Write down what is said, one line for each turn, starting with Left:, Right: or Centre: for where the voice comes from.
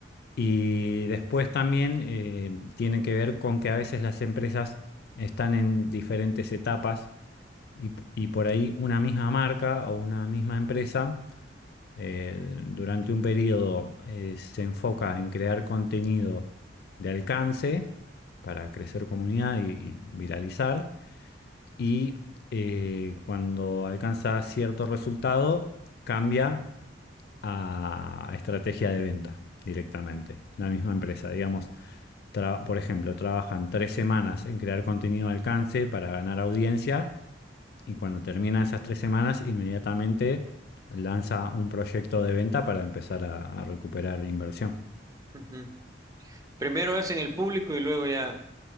Left: Y después también eh, tiene que ver con que a veces las empresas están en diferentes etapas y, p- y por ahí una misma marca o una misma empresa eh, durante un periodo eh, se enfoca en crear contenido de alcance para crecer comunidad y, y viralizar y eh, cuando alcanza cierto resultado cambia a estrategia de venta directamente, la misma empresa. Digamos, tra- por ejemplo, trabajan tres semanas en crear contenido de alcance para ganar audiencia y cuando terminan esas tres semanas, inmediatamente lanza un proyecto de venta para empezar a, a recuperar inversión.
Right: ujú. Primero hacen el público y luego ya